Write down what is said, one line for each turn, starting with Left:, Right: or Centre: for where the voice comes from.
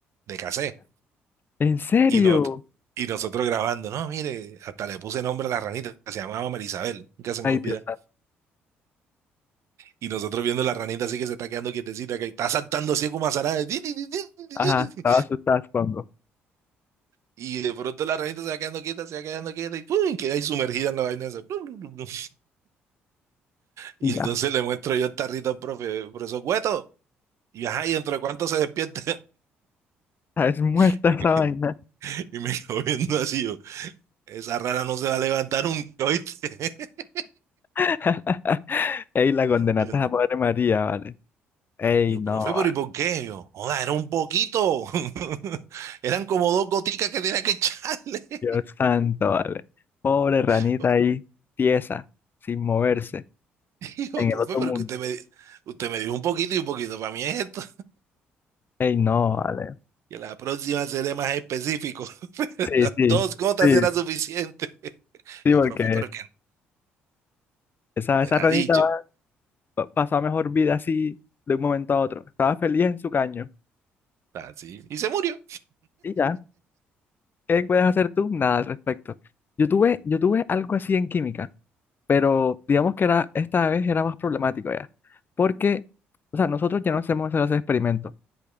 Right: de cassette.
Left: ¿En serio?
Right: Y, no- y nosotros grabando, no, mire, hasta le puse nombre a la ranita, se llamaba Marisabel, nunca se me
Left: Ay,
Right: olvida.
Left: Dios santo.
Right: Y nosotros viendo la ranita así que se está quedando quietecita, que está saltando así como azarada. di, di, di, di, di,
Left: Ajá,
Right: di, di. di.
Left: estaba asustada, supongo.
Right: Y de pronto la ranita se va quedando quieta, se va quedando quieta y ¡pum! queda ahí sumergida en la vaina esa. Plum, plum, plum, plum. Y
Left: Y
Right: entonces
Left: ya,
Right: le muestro yo el tarrito al profe, profesor Cueto. Y ajá, ¿y dentro de cuánto se despierta?
Left: ah, es muerta
Right: <laughs>
Left: esa vaina.
Right: Y me quedo viendo así yo, esa rana no se va a levantar nunca, ¿oíste? <laughs>
Left: <laughs> Ey, la condenaste
Right: Y yo,
Left: a Padre María, vale. Ey,
Right: Y Yo,
Left: no,
Right: profe,
Left: vale.
Right: pero ¿y por qué? Yo, joda, era un poquito. <laughs> Eran como dos goticas que tenía que echarle.
Left: Dios santo, vale. Pobre ranita
Right: <laughs> Yo,
Left: ahí, tiesa, sin moverse,
Right: "Hijo,
Left: en
Right: profe,
Left: el otro
Right: pero
Left: mundo.
Right: que usted me, di- usted me dijo un poquito y un poquito. Para mí es esto.
Left: Ey, no, vale.
Right: Que la próxima seré más específico. <laughs>
Left: Sí,
Right: Las
Left: sí,
Right: dos gotas
Left: sí,
Right: era suficiente.
Left: sí,
Right: Yo,
Left: porque
Right: profe, pero que
Left: esa,
Right: no
Left: esa
Right: era
Left: ranita.
Right: dicho.
Left: pa- pasaba mejor vida así de un momento a otro. Estaba feliz en su caño.
Right: Así. Y se murió.
Left: Y ya, ¿qué puedes hacer tú? Nada al respecto. Yo tuve, yo tuve algo así en química, pero digamos que era, esta vez era más problemático ya. Porque, o sea, nosotros ya no hacemos esos experimentos.